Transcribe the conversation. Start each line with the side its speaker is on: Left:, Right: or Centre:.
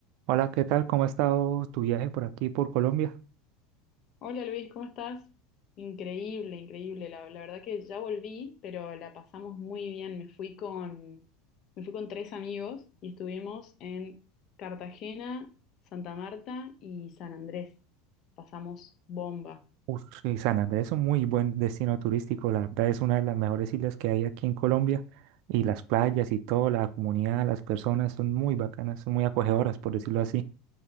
Right: Hola, ¿qué tal? ¿Cómo ha estado tu viaje por aquí, por Colombia?
Left: Hola Luis, ¿cómo estás? Increíble, increíble. La, la verdad que ya volví, pero la pasamos muy bien. Me fui con, me fui con tres amigos y estuvimos en Cartagena, Santa Marta y San Andrés. Pasamos bomba.
Right: Uf, y San Andrés es un muy buen destino turístico, la verdad es una de las mejores islas que hay aquí en Colombia y las playas y todo, la comunidad, las personas son muy bacanas, son muy acogedoras, por decirlo así.